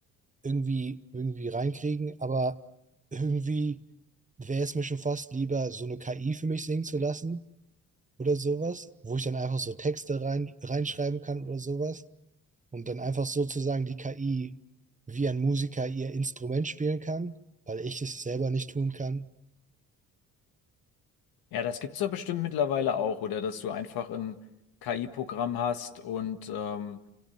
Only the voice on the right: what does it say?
irgendwie, irgendwie reinkriegen, aber irgendwie wäre es mir schon fast lieber, so eine KI für mich singen zu lassen oder sowas, wo ich dann einfach so Texte rein, reinschreiben kann oder sowas und dann einfach sozusagen die KI wie ein Musiker ihr Instrument spielen kann, weil ich es selber nicht tun kann.